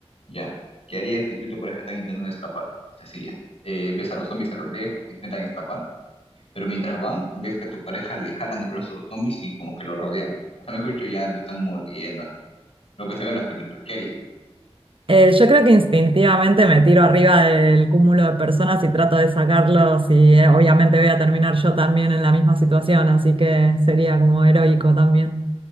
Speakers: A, on the left (about 65°); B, on the right (about 55°).
A: ya. ¿Qué harías si tú y tu pareja están intentando escapar? O sea, sí, ya. Eh, ves a los zombies a lo lejos, intentan escapar, pero mientras van, ves que a tu pareja le jalan el brazo a los zombies y como que lo rodean. O sea, mejor dicho, ya lo están mordiendo, así. Lo que se ve en las películas. ¿Qué harías?
B: Eh, yo creo que instintivamente me tiro arriba del cúmulo de personas y trato de sacarlos y eh, obviamente voy a terminar yo también en la misma situación, así que sería como heroico también.